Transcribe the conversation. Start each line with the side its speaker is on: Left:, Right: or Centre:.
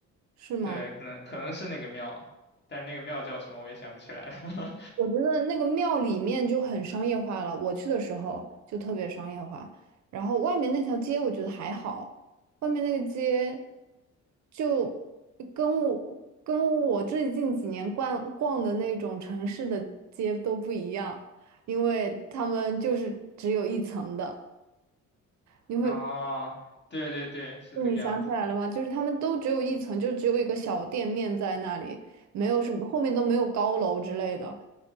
Right: 是吗？
Left: 对，可能可能是那个庙，但那个庙叫什么我也想不起来了。
Right: 我觉得那个庙里面就很商业化了，我去的时候就特别商业化。然后外面那条街我觉得还好，外面那个街就跟我跟我最近几年逛逛的那种城市的街都不一样，因为他们就是只有一层的。
Left: <laughs>
Right: 你会，
Left: 哦，对对对，是这个样子。
Right: 就你想起来了吗？就是他们都只有一层，就只有一个小店面在那里，没有什么，后面都没有高楼之类的。